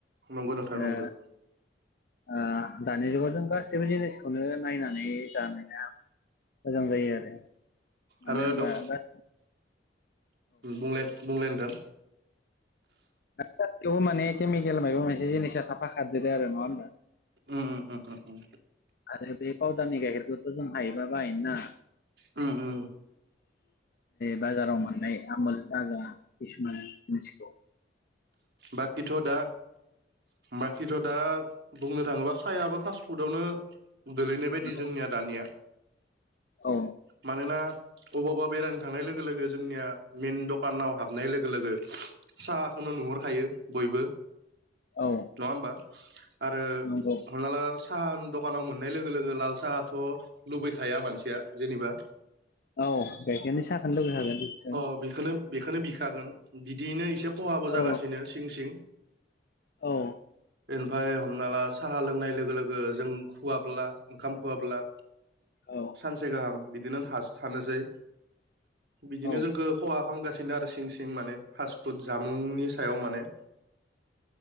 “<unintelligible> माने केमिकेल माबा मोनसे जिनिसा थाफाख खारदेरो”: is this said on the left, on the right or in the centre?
Left